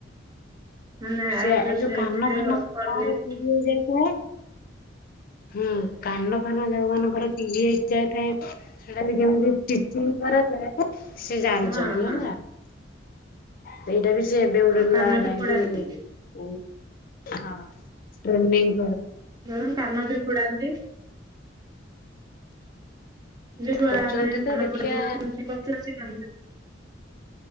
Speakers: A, on the right; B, on the left.
A: ମାନେ
B: ସେ
A: ଆଇବ୍ରୋ
B: ଯୁ
A: ସେପ
B: କାନ ଫାନ
A: ଅପର
B: ଯାର
A: ଲିପ
B: ଚିରି ହେଇଯାଇଥାଏ। ହୁଁ କାନ ଫାନ ଯୋଉ ମାନଙ୍କର ଚିରି ହେଇଯାଇଥାଏ ସେଟା ବି କେମତି ଟିଚିଂ କରାଯାଏ ସେ ଜାଣିଛନ୍ତି
A: ହଁ ହଁ।
B: ହେଲା। ସେଇଟା ବି ସେ ଏବେ ଗୋଟେ ନୂଆ
A: କାନ ବି
B: ଯାାଇଁକି
A: ଫୋଡାନ୍ତି
B: ଉ ହଁ ଟ୍ରାଇଂ
A: ହୁଁ କାନ ବି ଫୋଡାନ୍ତି। ଛୁଆ
B: କରୁଛନ୍ତି
A: ମାନେ ମନେ
B: ତ ଦେଖିବା
A: ଫୋଡନ୍ତି <unintelligible> ସେମିତି କ ଶିଖନ୍ତି